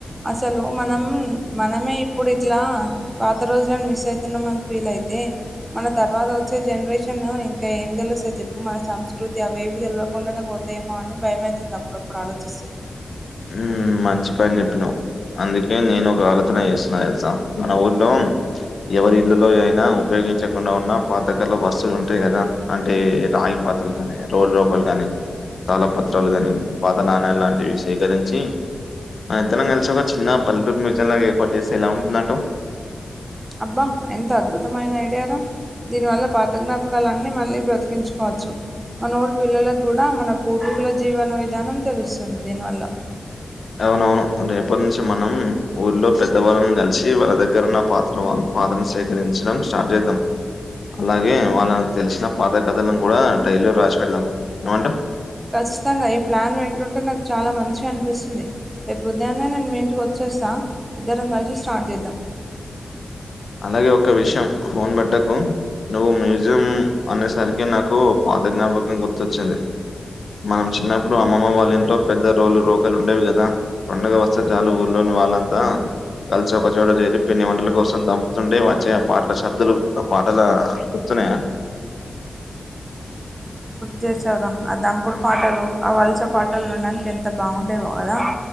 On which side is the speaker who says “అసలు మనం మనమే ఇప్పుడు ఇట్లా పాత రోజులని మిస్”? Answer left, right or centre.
Right